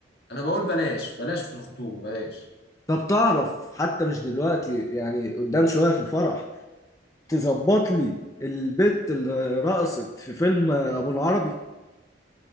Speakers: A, on the left (about 55°); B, on the left (about 15°).
A: انا بقول بلاش بلاش في الخطوبه بلاش
B: طب تعرف حتى مش دلوقتي يعني قدام شوية في الفرح تظبط لي البت اللي رقصت في فيلم ابو العربي